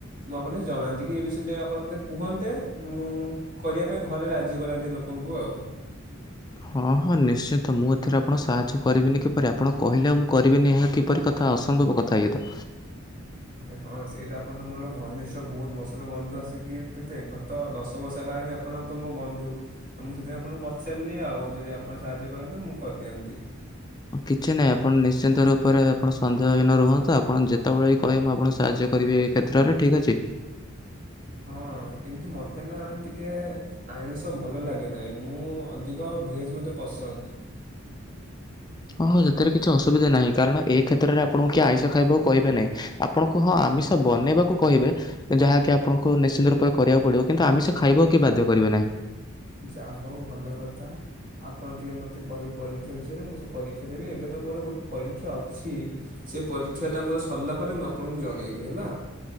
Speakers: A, on the right (about 45°); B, on the left (about 20°).
A: ମୁଁ ଆପଣଙ୍କୁ ଜଣାନ୍ତି କି ଏ ବିଷୟରେ ଟିକେ ଆପଣ ମତେ କୁହନ୍ତେ ମୁଁ କରିବା ପାଇଁ ଘରେ ରାଜି କରାନ୍ତି ଲୋକଙ୍କୁ ଆଉ।
B: ହଁ ହଁ ନିଶ୍ଚିନ୍ତ ମୁଁ ଏଥିରେ ଆପଣଙ୍କୁ ସାହାଯ୍ୟ କରିବିନି କିପରି ଆପଣ କହିଲେ ଆଉ ମୁଁ କରିବିନି ଏହା କିପରି କଥା ଅସମ୍ଭବ କଥା ଇଏତ।
A: ଆଚ୍ଛା ହଁ ସେଇତ ଆପଣ ତ ମୋର ଘନିଷ୍ଠ ବହୁତ୍ ବର୍ଷର ବନ୍ଧୁ ଆସିକି କେତେ ଗତ ଦଶ ବର୍ଷ ହେଲାଣି ଆପଣ ତ ମୋ ବନ୍ଧୁ, ତ ମୁଁ ସେଥିପାଇଁ ଆପଣଙ୍କୁ ପଚାରିଲି ଆଉ ଯଦି ଆପଣ ସାହାଯ୍ୟ କରନ୍ତେ ମୁଁ କରିଦିଅନ୍ତି।
B: କିଛି ନାହିଁ ଆପଣ ନିଶ୍ଚିନ୍ତ ରୂପରେ ଆପଣ ସନ୍ଦେହହୀନ ରୁହନ୍ତୁ, ଆପଣ ଯେତବଳେ ବି କହିବେ ମୁଁ ଆପଣ ସାହାଯ୍ୟ କରିବି ଏହି କ୍ଷେତ୍ରରେ ଠିକ୍ ଅଛି।
A: ହଁ କିନ୍ତୁ ମତେ ନା ଟିକେ ଆଇଁଷ ଭଲ ଲାଗେ ନାହିଁ, ମୁଁ ଅଧିକ ଭେଜ୍ ମତେ ପସନ୍ଦ।
B: ଆଉ ହଁ ସେଥିରେ କିଛି ଅସୁବିଧା ନାହିଁ, କାରଣ ଏ କ୍ଷେତ୍ରରେ ଆପଣଙ୍କୁ କିଏ ଆଇଁଷ ଖାଇବାକୁ କହିବେ ନାହିଁ। ଆପଣଙ୍କୁ ହଁ ଆମିଷ ବନେଇବାକୁ କହିବେ। ଯାହାକି ଆପଣଙ୍କୁ ନିଶ୍ଚିନ୍ତ ରୂପରେ କରିବାକୁ ପଡିବ କିନ୍ତୁ ଆମିଷ ଖାଇବାକୁ କେହି ବାଧ୍ୟ କରିବେ ନାହିଁ।
A: ଯା ହଉ ଭଲ କଥା। ଆପଣ ଟିକେ ମତେ କହିବେ ପରୀକ୍ଷା ବିଷୟରେ ମୁଁ ସେ ପରୀକ୍ଷା ଦେବି, ଏବେ ତ ମୋର ଗୋଟେ ପରୀକ୍ଷା ଅଛି। ସେ ପରୀକ୍ଷା ଟା ମୋର ସରିଲା ପରେ ମୁଁ ଆପଣଙ୍କୁ ଜଣେଇବି ହେଲା।